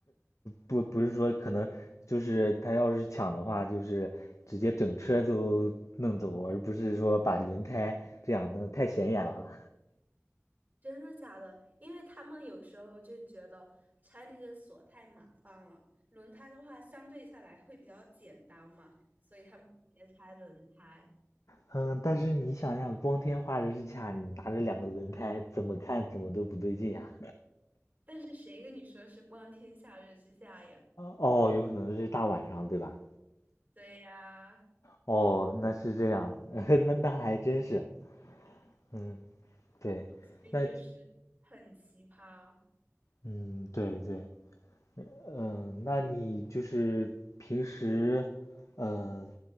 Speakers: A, on the left; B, on the right.
A: 不，不是说可能就是他要是抢的话，就是直接整车都弄走，而不是说把轮胎这样，那太显眼了。
B: 真的假的？因为他们有时候就觉得拆那个锁太麻烦了，轮胎的话相对下来会比较简单嘛，所以他们别拆轮胎。
A: 嗯，但是你想想，光天化日之下，你拿着两个轮胎，怎么看怎么都不对劲呀、
B: 但是谁跟你说是光天化日之下呀？
A: 哦，有可能是大晚上，对吧？
B: 对呀、
A: 哦，那是这样，<laughs> 那那还真是，嗯，对。
B: 哎，
A: 那
B: 就是很奇葩，
A: 嗯，对对，嗯，那你就是平时，嗯，